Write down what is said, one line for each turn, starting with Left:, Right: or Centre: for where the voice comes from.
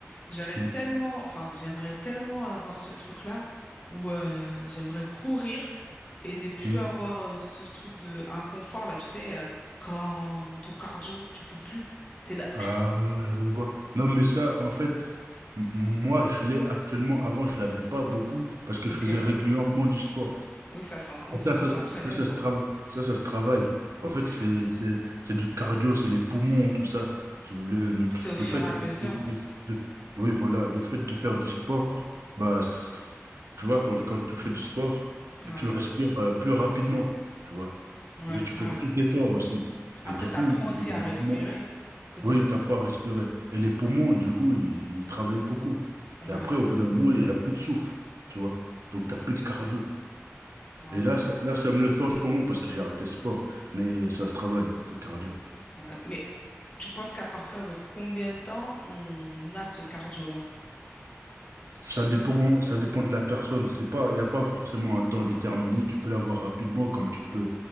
Left: J'aurais
Right: Mm.
Left: tellement, enfin, j'aimerais tellement avoir ce truc-là où euh, j'aimerais courir et ne plus
Right: Mm.
Left: avoir euh, ce truc de inconfort là, tu sais, euh, quand ton cardio, tu peux plus, t'es là.
Right: Ah, je vois. Non, mais ça, en fait, m- moi, je l'ai actuellement. Avant, je l'avais pas beaucoup parce que
Left: Ok,
Right: je faisais régulièrement du sport.
Left: oui, ça, s'en- on- faut
Right: Ça, ça,
Left: s'entraîner
Right: se- ça, ça
Left: quoi.
Right: se trava- ça, ça se travaille. En fait,
Left: Hmm.
Right: c'est, c'est, c'est du cardio, c'est les poumons, tout ça. Tu- Le,
Left: C'est au fur
Right: le fait
Left: et
Right: de,
Left: à mesure.
Right: de- de- oui, voilà, le fait de faire du sport, bah, c'est- tu vois, quand, quand tu fais du sport,
Left: Ouais,
Right: tu respires euh, plus rapidement, tu vois.
Left: ouais,
Right: Mais tu fais
Left: ouais.
Right: plus d'efforts aussi. Et
Left: Après,
Right: du
Left: t'apprends
Right: coup,
Left: aussi
Right: les-
Left: à
Right: les
Left: respirer,
Right: poumons-
Left: peut-être.
Right: oui, t'apprends à respirer. Et les poumons, du coup, ils, ils travaillent beaucoup.
Left: Ouais.
Right: Et après, au bout d'un moment, il n'y a plus de souffle, tu vois. Donc,
Left: Hmm.
Right: t'as plus de cardio.
Left: Ouais,
Right: Et
Left: bah,
Right: là, ça, là, ça me le fait en ce moment parce que j'ai arrêté le sport, mais ça se travaille, le cardio.
Left: ouais. Mais tu penses qu'à partir de combien de temps on a ce cardio-là?
Right: Ça dépend, ça dépend de la personne. C'est pas, il n'y a pas forcément un temps déterminé. Tu peux l'avoir rapidement comme tu peux,